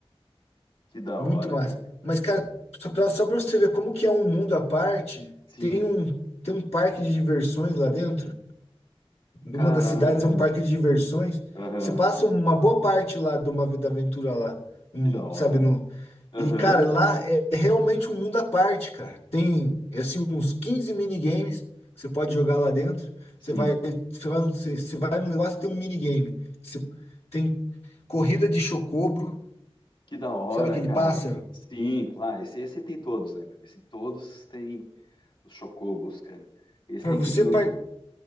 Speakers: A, on the left; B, on the left.
A: Que da
B: Muito
A: hora,
B: massa.
A: cara.
B: Mas, cara, só pra, só pra você ver como que é um mundo à parte,
A: Sim.
B: tem um, tem um parque de diversões lá dentro. Uma
A: Caraca,
B: das cidades é um
A: mano.
B: parque de diversões.
A: Aham.
B: Você passa uma boa parte lá de uma vida aventura lá, um-
A: Que da hora.
B: sabe? No,
A: Aham.
B: e, cara, lá é, é realmente um mundo à parte, cara. Tem, assim, uns 15 minigames que você pode jogar lá dentro.
A: Sim.
B: Você vai, você vai, no- você, você vai no negócio tem um minigame. Você, tem corrida de chocobro,
A: Que da hora,
B: sabe aquele
A: cara.
B: pássaro?
A: Sim, claro. Esse, esse tem todos, né, meu? Esse todos tem os chocobos, cara. Esse
B: Para
A: tem
B: você
A: que. não-
B: par-